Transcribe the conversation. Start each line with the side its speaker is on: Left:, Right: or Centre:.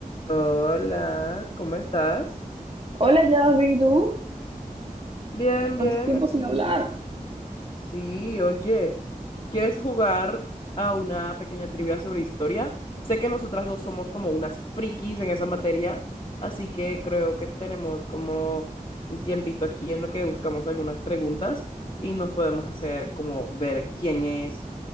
Left: Hola, ¿cómo estás?
Right: Hola, Jasmine, ¿tú?
Left: Bien,
Right: ¿Cuánto
Left: bien,
Right: tiempo
Left: aquí.
Right: sin hablar?
Left: Sí, oye, ¿quieres jugar a una pequeña trivia sobre historia? Sé que nosotras dos somos como unas frikis en esa materia, así que creo que tenemos como un tiempito aquí en lo que buscamos algunas preguntas y nos podemos hacer como ver quién es